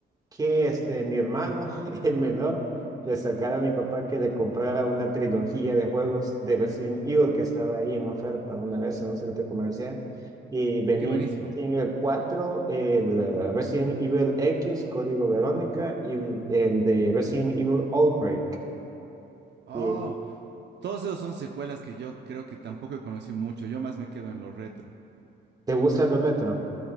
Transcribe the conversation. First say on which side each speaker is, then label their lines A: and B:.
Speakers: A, on the right; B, on the right.
A: que este, mi hermano, <laughs> el menor, le sacara a mi papá que le comprara una trilogía de juegos de Resident Evil que estaba ahí en oferta una vez en un centro comercial. Y venía
B: Qué buenísimo.
A: Resident Evil 4, el eh, Resident Evil X, Código Verónica, y el, el de Resident Evil Outbreak.
B: Oh,
A: Y,
B: todos esos son secuelas que yo creo que tampoco he conocido mucho. Yo más me quedo en lo retro.
A: ¿te gusta lo retro?